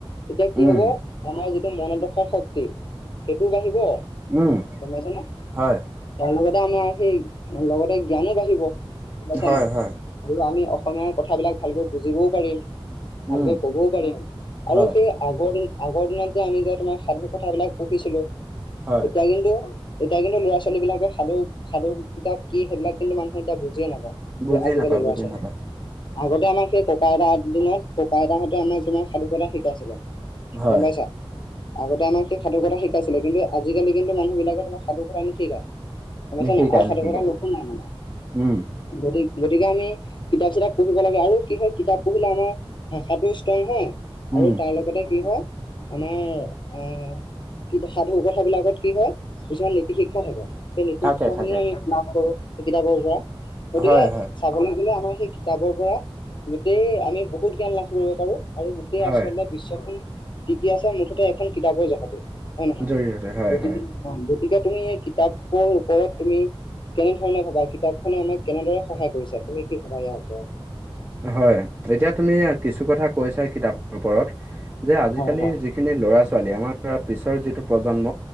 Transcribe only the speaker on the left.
এতিয়া কি
হব আমাৰ যিতো মনত অহা শক্তি সেইটোও বাঢ়িব
গম পাইছানে?
তাৰ লগতে আমাৰ সেই লগতে জ্ঞানো বাঢ়িব গম পাইছা
নাই?
আৰু আমি অসমীয়াৰ কথাবিলাক ভালকৈ বুজিবও পাৰিম। ভালকে
ক'বও পাৰিম
আৰু সেই আগৰ দিন আগৰ দিনত যে আমি যে তোমাৰ সাধু কথাবিলাক পঢ়িছিলো
এতিয়া কিন্তু এতিয়া কিন্তু ল'ৰা ছোৱালী বিলাকে সাধু সাধু কিতাপ কি সেইবিলাক কিন্তু মানুহে এতিয়া বুজিয়ে নাপায়।
আজিকালি
ল'ৰা
ছোৱালীয়ে
আগতে আমাৰ সেই ককা আইতাৰ দিনত ককা আইতাহঁতে আমাৰ তোমাৰ সাধু কথা শিকাইছিলে। গম
পাইছা। আগতে আমাক সেই সাধু কথা শিকাইছিলে কিন্তু আজিকালি কিন্তু মানুহ বিলাকে তোমাক সাধু কথা নিশিকায়। গম পাইছা
নাই আৰু সাধু
কথা নুশুনে মানে
গতি গতিকে আমি কিতাপ চিতাপ পঢ়িব লাগে আৰু কি হয় কিতাপ। কিতাপ পঢ়িলে আমাৰ ভাষাটো ষ্ট্ৰং হয় আৰু
তাৰ লগতে কি হয় আমাৰ অ কি সাধু কথাবিলাকত কি হয়। কিছুমান নীতি শিক্ষা থাকে সেই নীতি
শিক্ষা
খিনিও আমি লাভ কৰো সেই কিতাপৰ পৰা। গতিকে
চাবলৈ গ'লে আমাৰ সেই কিতাপৰ পৰা গোটেই আমি বহুত জ্ঞান লাভ কৰিব পাৰো আৰু গোটেই
আচলতে বিশ্বখন টিকে আছে মুঠতে এখন কিতাপৰ জহতে হয় নহয়
গতিকে
অঁ গতিকে তুমি এই কিতাপৰ ওপৰত তুমি- কেনেধৰণে ভবা কিতাপখনে আমাক কেনেদৰে সহায় কৰিছে তুমি কি ভবা ইয়াৰ ওপৰত
হয় হয়